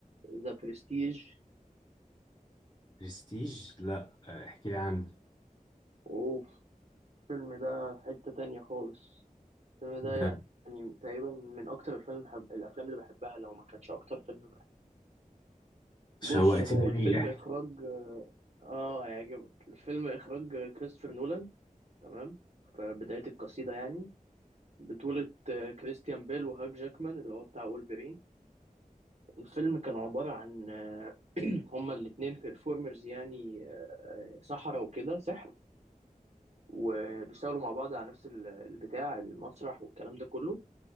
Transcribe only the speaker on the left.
برستيج لا آه، احكي لي عنه
ده
شوقتني
ليه احكي